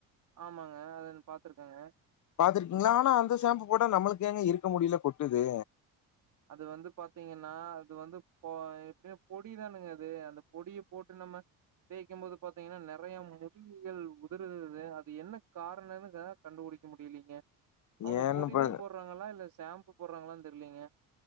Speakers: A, on the right (about 55°); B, on the left (about 50°).
A: ஆமாங்க அதுன் பாத்துருக்கங்க
B: பாத்துருக்கீங்களா ஆனா அந்த ஷாம்பு போட்டா நம்மளுக்கு ஏங்க இருக்க முடியெல்லா கொட்டுது
A: அது வந்து பாத்தீங்கன்னா அது வந்து பொ எப்டியு பொடிதானுங்க அது அந்த பொடிய போட்டு நம்ம தேய்க்கும் போது பாத்தீங்கின்னா நெறய முடிகள் உதுருது அது என்ன காரணன்னுக்க கண்டுபுடிக்க முடியலேங்க அவுங்க
B: ஏன்னு
A: பொட்டி
B: பா
A: தா போடுறாங்களா இல்ல ஷாம்பு போடுறாங்களா தெர்லேங்க